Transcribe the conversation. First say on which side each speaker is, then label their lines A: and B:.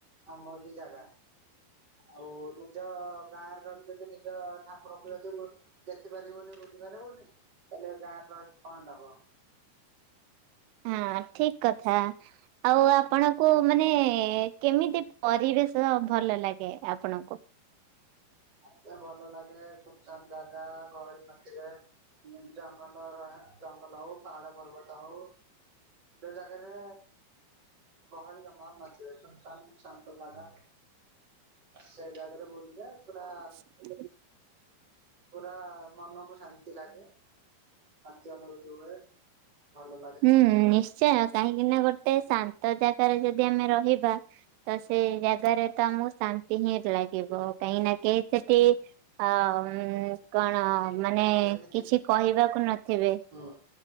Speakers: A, on the right; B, on the right.
A: ଆମରି ଜାଗା ଆଉ ନିଜ ଗାଁ ର ଯେଦି ନିଜ ଠାକୁରଙ୍କୁ ଯଦି ଦେଖିପାରିବୁ ବୁଲି ପାରିବୁନି ତାହେଲେ ଏଗାଁରେ ରହିକି କଣ ଲାଭ।
B: ହୁଁ ଠିକ୍ କଥା। ଆଉ ଆପଣଙ୍କୁ ମାନେ କେମିତି ପରିବେଶ ଭଲ ଲାଗେ ଆପଣଙ୍କୁ?
A: ମତେ ଭଲ ଲାଗେ ସୁନସାନ୍ ଜାଗା ଗହଳି ନଥିବେ। ଜଙ୍ଗଲର ହେ ଜଙ୍ଗଲ ହଉ ପାହାଡ ପର୍ବତ ହଉ। ଯୋଉ ଜାଗାରେ ଗହଳି ନ <unintelligible> ନଥିବେ ଚୁପଚାପ୍ ଶାନ୍ତ ଜାଗା, ସେଇ ଜାଗାରେ ବୁଲିଲେ ପୁରା
B: ହ <unintelligible>
A: ପୁରା ମନକୁ ଶାନ୍ତି ଲାଗେ, ଶାନ୍ତି ଅନୁଭୂତି ହୁଏ ଭଲ ଲାଗେ।
B: ହୁଁ ଉଁ ନିଶ୍ଚୟ, କାହିଁକି ନା ଗୋଟେ ଶାନ୍ତ ଜାଗାରେ ଯଦି ଆମେ ରହିବା ତ ସେ ଜାଗାରେ ତ ଆମକୁ ଶାନ୍ତି ହିଁ ଲାଗିବ କାହିଁକି ନା କେହି ସେଠି ହଁଅ କଣ ମାନେ
A: ଯେମିତି
B: କିଛି
A: କିି
B: କହିବାକୁ ନଥିବେ।
A: ହୁଁ